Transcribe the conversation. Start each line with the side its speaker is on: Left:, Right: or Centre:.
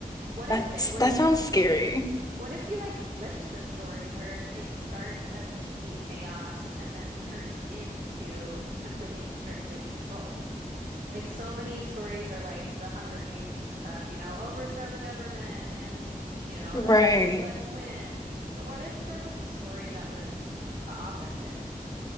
Right: What
Left: That's
Right: if it was,
Left: that sounds scary.
Right: what if you like flipped the story where it starts as complete chaos and then turns into completely strictly controlled? Like so many stories are like the Hunger Games and stuff, you know, overthrow the government and, you know, let's
Left: Right.
Right: let's win. But what if there was a story that was the opposite?